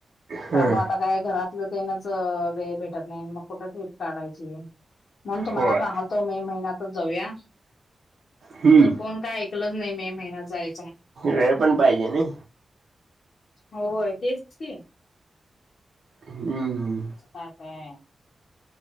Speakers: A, on the right; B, on the left.
A: हां
B: त्या म आता काय घरातलं तेनच वेळ भेटत नाही मग कुठ? काढायची म्हणून तुम्हाला
A: होय
B: सांगलतो मे महिन्यातच जाऊया.
A: हम्म.
B: तर कोण काय ऐकलच नाही मे महिन्यात जायं
A: वेळ पण पाहिजे नई.
B: होय तेच की.
A: हम्म हम्म.
B: कस काय काय.